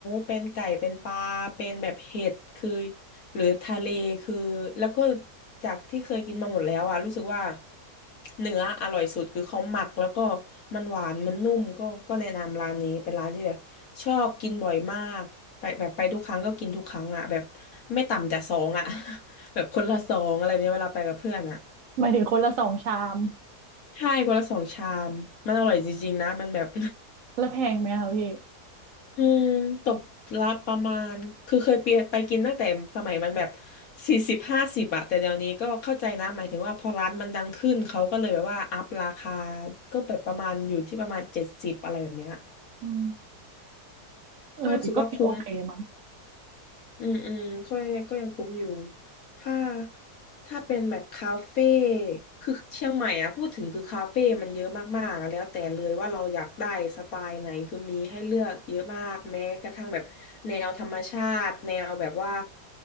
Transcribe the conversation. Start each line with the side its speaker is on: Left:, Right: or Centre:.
Left: เป็นไก่เป็นปลาเป็นแบบเห็ดคือหรือทะเลคือแล้วก็จากที่เคยกินมาหมดแล้วอ่ะรู้สึกว่าเนื้ออร่อยสุดคือเขาหมักแล้วก็มันหวานมันนุ่มก็ก็แนะนำร้านนี้เป็นร้านที่แบบชอบกินบ่อยมากไปแบบไปทุกครั้งก็กินทุกครั้งอ่ะแบบไม่ต่ำจากสองอ่ะ แบบคนละสองอะไรแบบเนี้ยเวลาไปกับเพื่อนอ่ะ
Right: หมายถึงคนละสองชาม
Left: ใช่คนละสองชามมันอร่อยจริงๆนะมันแบบ
Right: แล้วแพงไหมคะพี่
Left: <laughs> อืมตกละประมาณคือเคยไปไปกินตั้งแต่สมัยมันแบบสี่สิบห้าสิบอะแต่เดี๋ยวนี้ก็เข้าใจนะหมายถึงว่าพอร้านมันดังขึ้นเขาก็เลยแบบว่าอัพราคาก็แบบประมาณอยู่ที่ประมาณเจ็ดสิบอะไรแบบเนี้ย
Right: อืมเออแต่ก็ยังโอเคมั้ง
Left: ก็ยังรู้สึกว่าคุ้ม อืมอืมก็ก็ยังคุ้มอยู่ถ้าถ้าเป็นแบบคาเฟ่คือเชียงใหม่อ่ะพูดถึงคือคาเฟ่มันเยอะมากๆอะแล้วแต่เลยว่าเราอยากได้สไตล์ไหนคือมีให้เลือกเยอะมากแม้กระทั่งแบบแนวธรรมชาติแนวแบบว่า